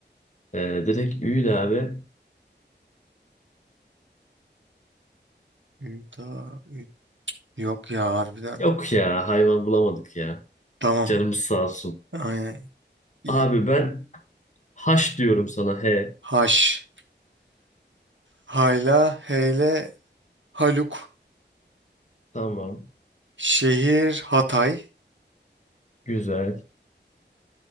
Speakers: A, on the left; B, on the right.
A: Ee, direkt üyle abi.
B: Üda, ü- yok ya harbiden.
A: Yok ya hayvan bulamadık ya.
B: Tamam.
A: Canımız sağ olsun.
B: Aynen. İ-
A: Abi ben haş diyorum sana he.
B: Haş. Hayla, heyle, haluk.
A: Tamam.
B: Şehir Hatay.
A: Güzel.